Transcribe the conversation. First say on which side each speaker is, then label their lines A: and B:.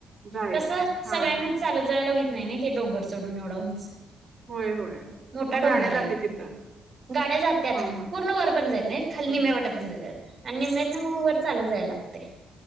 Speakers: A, on the right; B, on the right.
A: जायचं
B: कसं
A: हा
B: सगळ्यांनाच
A: हा
B: चालत जायला व्हीत नाही नाही ते डोंगर चढून एवढा उंच
A: होय होय
B: मोठा
A: मग
B: डोंगर
A: गाड्या जात्यात
B: आहे तो
A: तिथं?
B: गाड्या जात्यात
A: हा हा
B: पूर्ण वरपर्यंत जयीत नायीत खाली
A: हा
B: निम्या वाट्यापर्यंत जात्यात. आणि निम्म्यातं मगं वर चालात जायला लागतय.